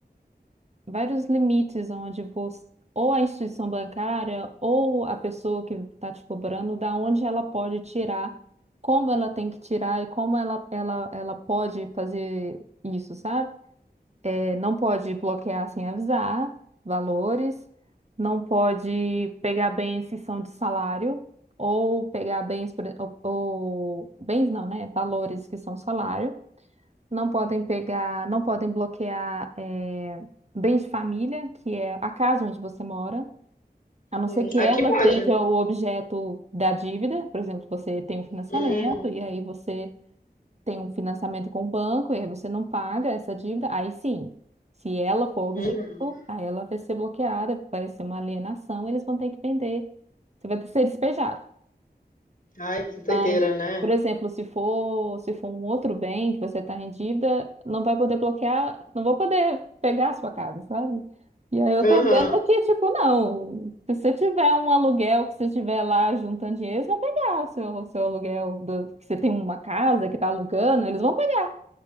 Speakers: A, on the right; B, on the left.
A: vários limites onde você, ou a instituição bancária ou a pessoa que está te cobrando, da onde ela pode tirar, como ela tem que tirar e como ela, ela, ela pode fazer isso, sabe? É, não pode bloquear sem avisar valores, não pode pegar bens que são de salário. Ou pegar bens, por- ou, ou- bens não, né? Valores que são salário não podem pegar, não podem bloquear eh, bens de família, que é a casa onde você mora, a não
B: Hum,
A: ser que
B: aqui
A: ela
B: pode.
A: seja o objeto da dívida. Por exemplo, você tem um financiamento
B: Hum,
A: e aí você tem um financiamento com o banco e aí você não paga essa dívida, aí sim, se ela for objeto,
B: uhum.
A: aí ela vai ser bloqueada, vai ser uma alienação, eles vão ter que vender, você vai ser despejado.
B: Ai, que doideira,
A: Mas,
B: né?
A: por exemplo, se for, se for um outro bem que você está em dívida, não vai poder bloquear, não vou poder pegar a sua casa, sabe? E aí eu
B: Aham.
A: tô vendo que, tipo, não, se você tiver um aluguel que você tiver lá juntando dinheiro, eles vão pegar o seu, o seu aluguel do- que você tem uma casa que tá alugando, eles vão pegar.